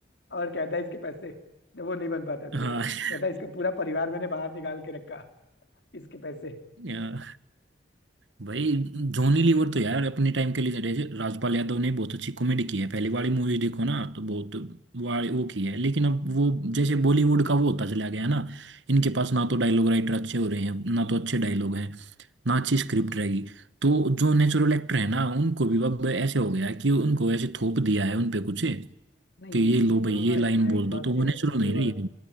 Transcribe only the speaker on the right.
हाँ
<laughs>
या- भाई जॉनी लीवर तो यार अपने टाइम के लिए रहे- राजपाल यादव ने बहुत अच्छी कॉमेडी की है पहले वाली मूवी देखो ना तो बहुत वाली वो की है लेकिन अब वो जैसे बॉलीवुड का वो होता चला गया ना इनके पास ना तो डायलॉग राइटर अच्छे हो रहे हैं ना तो अच्छे डायलॉग हैं ना अच्छी स्क्रिप्ट रहेगी तो जो नेचुरल एक्टर है ना उनको भी अब ऐसे हो गया है कि उनको ऐसे थोप दिया है उनपे कुछ कि
ये
लो
भाई
ये
लाइन
बोल
दो तो
वो नेचुरल
नहीं
रही है।